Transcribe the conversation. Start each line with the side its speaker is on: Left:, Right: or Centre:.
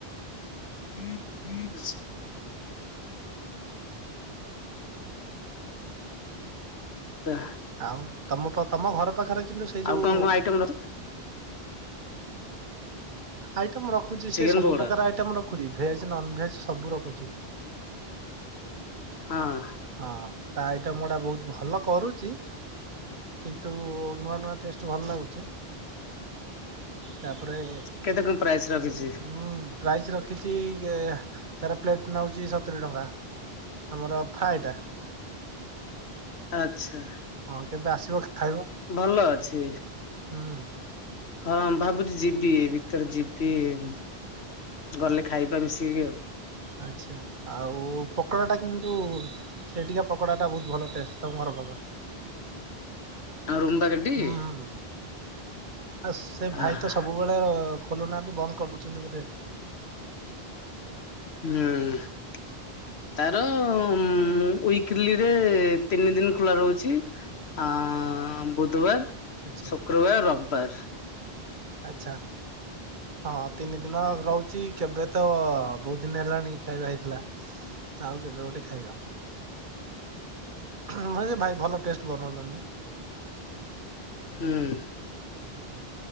Left: <inaudible> <unintelligible>
Right: ଆଉ ତମ ପ ତମ ଘର ପାଖରେ କିନ୍ତୁ ସେଇ ଯୋଉ
Left: ଆଉ କଣ କଣ ଆଇଟମ ର
Right: ଆଇଟମ ରଖୁଛି
Left: ଚିକେନ୍
Right: ସେ ସବୁ
Left: ପକୋଡା
Right: ପ୍ରକାର ଆଇଟମ ରଖୁଛି ଭେଜ ନନ ଭେଜ ସବୁ ରଖୁଛି।
Left: ହଁ।
Right: ହଁ ତା ଆଇଟମ ଗୁଡା ବହୁତ ଭଲ କରୁଛି କିନ୍ତୁ ନୂଆ ନୂଆ ଟେଷ୍ଟ ଭଲ ଲାଗୁଚି। ତାପରେ ହୁଁ।
Left: କେତେ କଣ ପ୍ରାଇସ୍ ରଖିଛି?
Right: ପ୍ରାଇସ୍ ରଖିଛି ଏ ତାର ପ୍ଲେଟ ନଉଛି ସତୁରି ଟଙ୍କା। ଆମର ଫାଏଡ
Left: ଆଚ୍ଛା।
Right: ହଁ କେବେ ଆସିବ? ଖାଇବ
Left: ଭଲ ଅଛି।
Right: ହୁଁ
Left: ହଁ ଭାବୁଛି ଯିବି ଏ ଭିତରେ ଯିବି ଉମ ଗଲେ ଖାଇବା ମିଶିକି ଆଉ।
Right: ଆଚ୍ଛା ଆଉ ପକୋଡ଼ା ଟା କିନ୍ତୁଉ ସେଇ ଟିକା ପକୋଡା ଟା ବହୁତ ଭଲ ଟେଷ୍ଟ ତମର ଘର।
Left: ଆମ ରୁମ ପାଖେ
Right: ହୁଁ
Left: ଟେ କି?
Right: ହୁଁ ଆଉ ସେ ଭାଇ
Left: ଆହା
Right: ତ ସବୁବେଳେ ଏ ଖୋଲୁନାହାନ୍ତି ବନ୍ଦ କରିଦେଉଛନ୍ତି ବୋଧେ
Left: ହୁଁ ତାର ହୁଁ ୱିକ୍ଲି ରେ ତିନି ଦିନ ଖୋଲା ରହୁଛି। ଆଁ- ଆଁ -ଆଁ- ବୁଧବାର
Right: ଆଚ୍ଛା
Left: ଶୁକ୍ରବାର ରବିବାର।
Right: ଆଛା। ହଁ ତିନି ଦିନ ରହୁଛି କେବେ ତ ଅ ବହୁତ ଦିନ ହେଲାଣି ଖାଇବା ହେଇଥିଲା। ଆଉ କେବେ ଗୋଟେ ଖାଇବା।
Left: <inaudible>
Right: ହଁ ସେ ଭାଇ ଭଲ ଟେଷ୍ଟ ବନଉଛନ୍ତି।
Left: ହୁଁ।